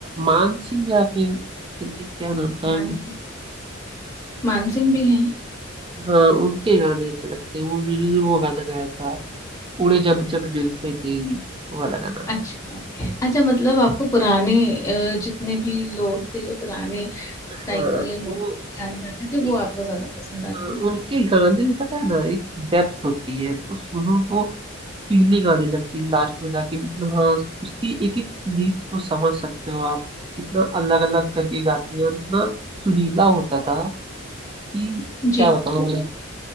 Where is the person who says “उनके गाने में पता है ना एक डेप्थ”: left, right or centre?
Right